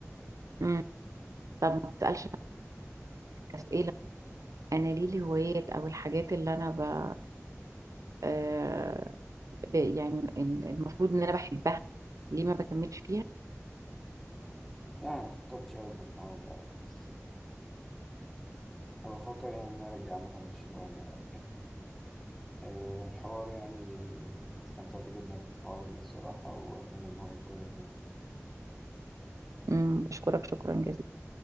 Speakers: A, on the right; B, in the centre.
A: مم. طب ما بتسألش نفسك أسئلة أنا ليه الهوايات أو الحاجات اللي أنا ب... آه، ب... يعني المفروض إن أنا بحبها ليه ما بكملش فيها
B: يعني ما فكرتش أوي في الحوار ده بس أنا بفكر يعني إن أنا أرجع مثلا الشطرنج بعد كده آه، الحوار يعني استمتعت جدا في الحوار ده الصراحة وأتمنى إن هو يتكرر تاني
A: مم. بشكرك شكرا جزيلا